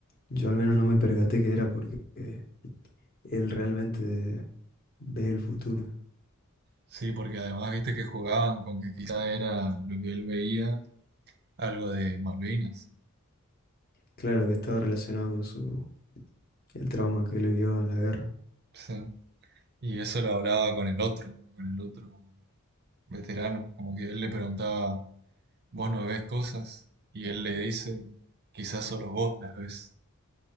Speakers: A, on the left; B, on the right.
A: yo al menos no me percaté que era porque eh, él realmente ve el futuro.
B: Sí, porque además viste que jugaban con que quizá era lo que él veía, algo de Malvinas.
A: Claro que estaba relacionado con su el trauma que él vivió en la guerra.
B: Sí. Y eso lo hablaba con el otro, con el otro veterano, como que él le preguntaba, ¿vos no ves cosas? Y él le dice, quizás solo vos las ves.